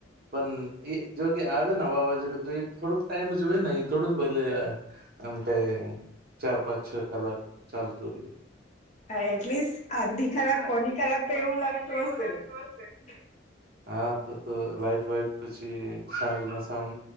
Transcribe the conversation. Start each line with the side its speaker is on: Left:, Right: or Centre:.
Right: પણ એ જોકે આવે ને વાવાઝોડું તો એ થોડુંક ટાઈમ જ હોય ને એ થોડું ભલે આમ કઈ ચાર પાંચ છ કલાક ચાલતું ર
Left: એટલીસ્ટ અડધી કલાક
Right: આજથી
Left: પોની
Right: ખરાબ
Left: કલાક તો
Right: કોની
Left: એવું
Right: ખરાબ
Left: લાગતું
Right: તો એવું
Left: હશે
Right: લાગતું
Left: ને
Right: હશે
Left: હ
Right: હા તો તો લાાઈટ વાઈટ પછી સાંજ ના સાં